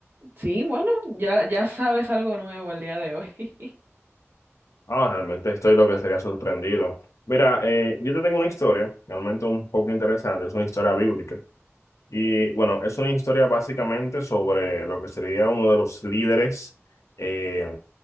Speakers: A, on the right; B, on the left.
A: Sí, bueno, ya, ya sabes algo nuevo el día de hoy. <laughs>
B: Ah, realmente estoy lo que sería sorprendido. Mira, eh, yo te tengo una historia, realmente un poco interesante, es una historia bíblica. Y bueno, es una historia básicamente sobre lo que sería uno de los líderes eh,